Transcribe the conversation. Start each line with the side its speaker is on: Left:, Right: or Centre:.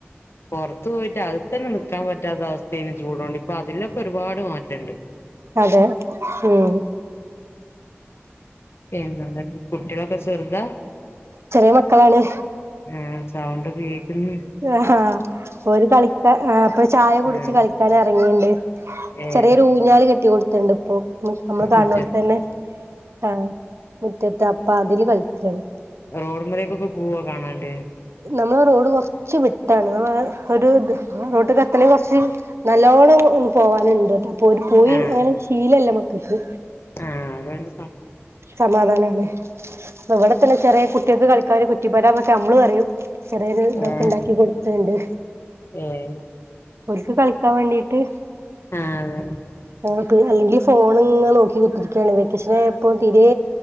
Left: പൊറത്തു പോയിട്ട് അക തന്നെ നിക്കാൻ പറ്റാത്ത അവസ്ഥേണ് ചൂടോണ്ട് ഇപ്പൊ അതിലൊക്കെ ഒരുപാട് മാറ്റണ്ട്
Right: അതെ ഉം
Left: ഏങ്കകണ്ണി കുട്ടിയാളൊക്കെ ചെർതാ
Right: ചെറിയ മക്കളാണ്.
Left: ആ സൗണ്ടൊക്കെ കേക്ക്ണ് ണ്ട്
Right: ആ ഹാ ഓര് കളിക്കാ ആ ഇപ്പ ചായ കുടിച്ച്
Left: ആഹ്
Right: കളിക്കൻ എറങ്ങീണ്ട്
Left: ഏഹ്
Right: ചെറിയൊരു ഊഞ്ഞാല് കെട്ടി കൊടുത്ത്ണ്ട് ഇപ്പൊ അമ്മള് കണ്ണോട്
Left: മുറ്റത്ത്
Right: തന്നെ ആഹ് മുറ്റത്ത് അപ്പ അതില് കളിക്കാണ്
Left: റോഡ് മ്മലെക്കൊക്കെ പോവൊ കാണാണ്ട്
Right: നമ്മളെ റോഡ് കൊർച്ച് വിട്ടാണ് നമ്മ ഒരു റോഡ് എ ത്ത്ണെങ്കി കൊർച്ച് നല്ലോണം ഒ പോവാന്ണ്ട് അപ്പൊ ഓര് പോയി
Left: ആഹ്
Right: അങ്ങനെ ശീലല്ല മക്കക്ക്
Left: ആഹ് അതാണ്
Right: സമാധാനാണ് അവ്ടെ തന്നെ ചെറിയെ കുട്ടിയാക്ക് കളിക്കാൻ ഒര് കുറ്റിപെര എന്നൊക്കെ ഞമ്മള് പറയും ചെറിയൊരു ഇതൊക്കെ
Left: ഏഹ്
Right: ഇണ്ടാക്കി കൊടുത്താണ്ട്
Left: ഏഹ്
Right: ഓർക്ക് കളിക്കാൻ വേണ്ടിട്ട്
Left: ആഹ് അതെ
Right: ആ അല്ലെങ്കി ഫോണ്ങ്ങനെ നോക്കി കുത്തിരിക്കയാണ് വെക്കേഷനപ്പൊ തീരെ